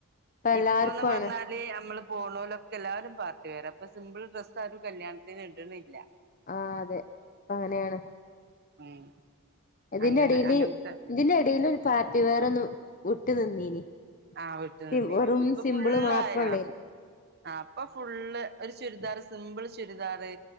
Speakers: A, on the left; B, on the right.
A: ഇപ്പ എല്ലാർക്കും
B: ഇപ്പൊന്ന് പറഞ്ഞാല്
A: ആണ്
B: ഞമ്മള് പോണൊലൊക്കെ എല്ലാവരും പാർട്ടി വെയ്റ- ഇപ്പൊ സിമ്പിൾ ഡ്രസ്സാരും കല്യാണത്തിന് ഇട്ണില്ല
A: ആ അതെ അങ്ങനെയാണ്
B: ഉം
A: ഇതിന്റെ
B: അങ്ങനെ
A: എടേല്
B: അങ്ങനത്തെ
A: ഇതിന്റെ എടേല് ഒരു പാർട്ടി വെയർ ഒന്ന് വിട്ട് നിന്നീനി
B: ആഹ് വിട്ട്
A: സിം
B: നിന്നിനി
A: വെറും
B: ഇപ്പൊ
A: സിമ്പിള്
B: ഫുള്ളായ
A: മാത്രൊള്ളേനി
B: ആഹ് അപ്പോ- ഫുള്ള് ഒരു ചുരിദാർ സിമ്പിള് ചുരിദാറ്